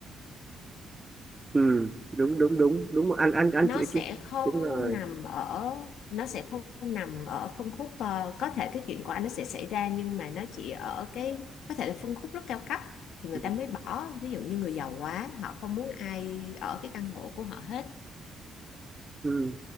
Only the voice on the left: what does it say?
nó
sẽ
không
nằm ở nó sẽ không nằm ở phân khúc ờ, có thể cái chuyện của anh nó sẽ xảy ra nhưng mà nó chỉ ở cái có thể là phân khúc rất cao cấp thì người
ta mới bỏ ví dụ như người giàu quá họ không muốn ai ở cái căn hộ của họ hết